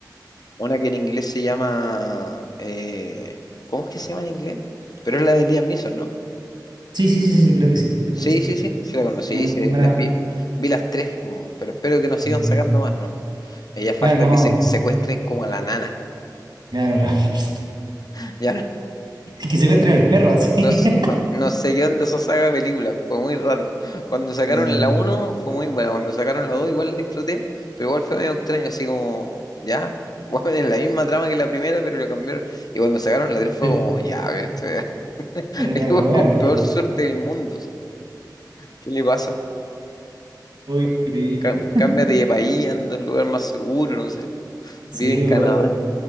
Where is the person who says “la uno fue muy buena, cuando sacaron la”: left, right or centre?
Left